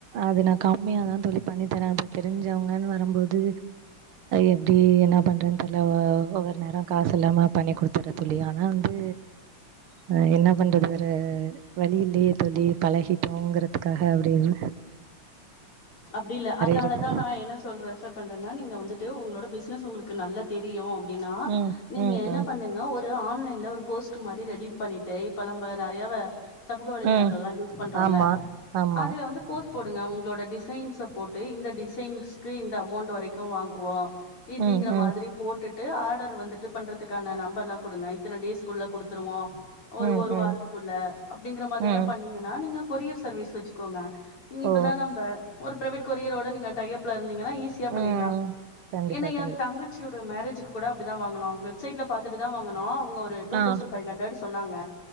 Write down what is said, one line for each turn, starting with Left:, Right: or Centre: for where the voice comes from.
Right: அது நா கம்மியாதான் தோழி பண்ணி தரேன் அப்ப தெரிஞ்சவங்கன்னு வரும்போது எப்டி என்ன பண்ணுறதுன்னு தெரில ஒவ்வொரு நேரம் காசு இல்லாம பண்ணி கொடுத்துட்ட தோழி ஆனா வந்து அ என்ன பண்றது வேற வழி இல்லயே தோழி பழகிட்டோங்கிறதுக்காக அப்டி இல்ல
Left: அப்டி இல்ல அதனாலதா
Right: இருக்கு
Left: நா என்ன சொல்ற ரெஃபர் பண்றேன்னா நீங்க வந்துட்டு உங்களோட பிசினஸ் உங்களுக்கு நல்ல தெரியும் அப்டின்னா
Right: ம்
Left: நீங்க
Right: ம்
Left: என்ன
Right: ம்
Left: பண்ணுங்க ஒரு இது ஆன்லைன்ல ஒரு போஸ்ட் மாரி ரெடி பண்ணிட்டு இப்ப நம்ம நிறையாவ சமூக வலைதளங்கள்லா
Right: ம்
Left: யூஸ் பண்றோல்ல
Right: ஆமா ஆமா
Left: அதுல வந்து போஸ்ட் போடுங்க உங்களோட டிஸ் சைன்ஸ போட்டு இந்த டிசைன்ஸ்க்கு இந்த அமௌண்ட் வரைக்கும் வாங்குவோ இப்படிங்கற
Right: ம் ம்
Left: மாதிரி போட்டுட்டு ஆர்டர் வந்துட்டு பண்றதுக்கான நம்பர் எல்லா குடுங்க இத்தனை டேஸ்க்குள்ள குடுத்துருவோ ஒரு
Right: ம்
Left: ஒரு
Right: ம்
Left: வாரத்துக்குள்ள அப்படிங்கற மாதிரில்லா
Right: ம்
Left: பண்ணீங்கன்னா நீங்க கொரியர் சர்வீஸ் வச்சு க்கோங்க நீங்க இப்பதான்
Right: ஓ
Left: நம்ப ஒரு பிரைவேட் கொரியரோட நீங்க டை அப்ல இருந்தீங்கன்னா ஈஸி ஈஸியா பண்ணிடலாம்
Right: ம் கண்டிப்பா
Left: ஏன்னா என்
Right: கண்டிப்பா
Left: தங்கச் சியோட மேரேஜுகு கூட அப்டிதா வாங்கனோ வெப்சைட்ல பாத்துட்டு தா வாங்குனோ அவுங்க இது டூ
Right: ஆ
Left: தௌசண்ட் பைவ் ஹண்ட்ரட் சொன்னாங்க